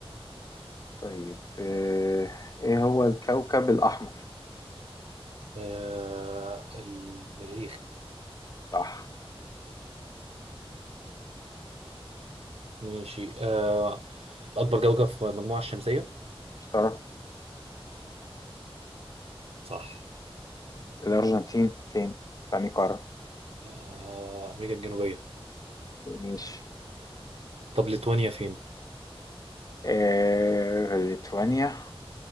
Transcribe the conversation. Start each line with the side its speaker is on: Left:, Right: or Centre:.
Left: طيب آه ايه هو الكوكب الأحمر
Right: آه المريخ
Left: صح
Right: ماشي آه اكبر كوكب في المجموعه الشمسيه
Left: اشترى
Right: صح
Left: الأرجنتين فين يعني قارة
Right: آه امريكا الجنوبيه
Left: ماشي
Right: طب ليتوانيا فين
Left: آه ليتوانيا